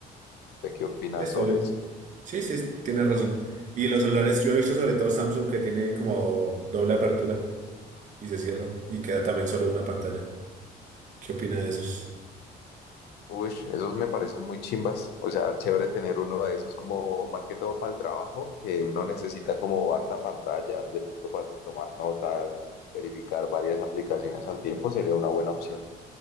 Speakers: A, on the left; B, on the right.
A: ¿Usted qué opina
B: Está
A: sobre
B: bien.
A: eso?
B: Sí, sí, tiene razón. Y los celulares, yo he visto sobre todo Samsung que tiene como doble apertura y se cierran y queda también solo una pantalla. ¿Qué opina de esos?
A: Uy, esos me parecen muy chimbas. O sea, chévere tener uno de esos como más que todo para el trabajo, que uno necesita como harta pantalla, de pronto para tomar notas, verificar varias aplicaciones al tiempo sería una buena opción.